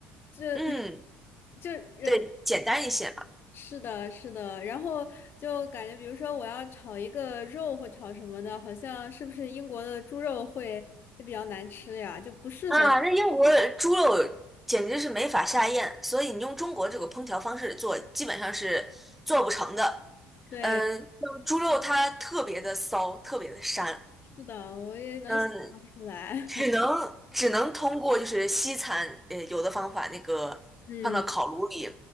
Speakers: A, on the left; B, in the centre.
A: 这
B: 嗯，
A: <laughs> 就呃
B: 对，简单一些嘛。
A: 是的，是的，然后就感觉，比如说我要炒一个肉或炒什么的，好像是不是英国的猪肉会会比较难吃呀？就不适合。
B: 啊，那英国的猪肉简直是没法下咽，所以你用中国这个烹调方式做，基本上是做不成的。
A: 对，
B: 嗯，像猪肉它特别的骚，特别的膻，
A: 是的，我也能想象出来。
B: 嗯，只能只能通过就是西餐，
A: <laughs>
B: 呃，有的方法那个放到烤炉里，
A: 嗯，